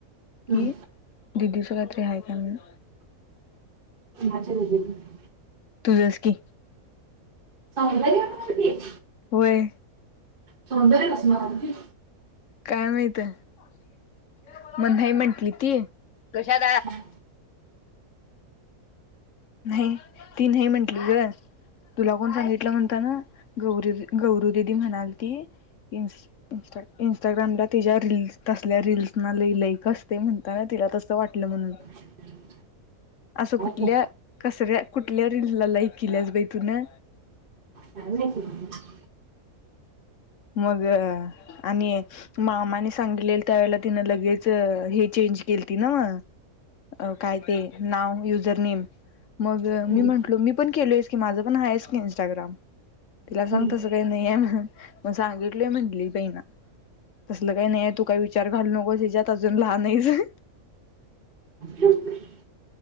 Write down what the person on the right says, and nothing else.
हं.
माझ ब <unintelligible>
सौंदर्य म्हणते.
सौंदर्य कसं म्हणते?
काय
<unintelligible>
ते?
का नाही <unintelligible>
हं.
हं.
हो <inaudible>